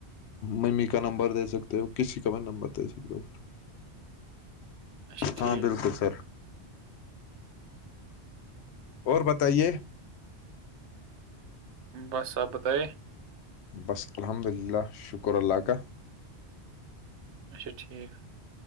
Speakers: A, on the left; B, on the right.
A: ممی کا نمبر دے سکتے ہو کسی کا بھی نمبر دے سکتے ہو- پھر۔
B: <inaudible> اچھا
A: ہاں,
B: ٹھیک
A: بالکل سر- اور بتائیے
B: بس آ ب تو-
A: بس الحمد للہ شکر اللہ کاہ-
B: اچھا ٹھیک-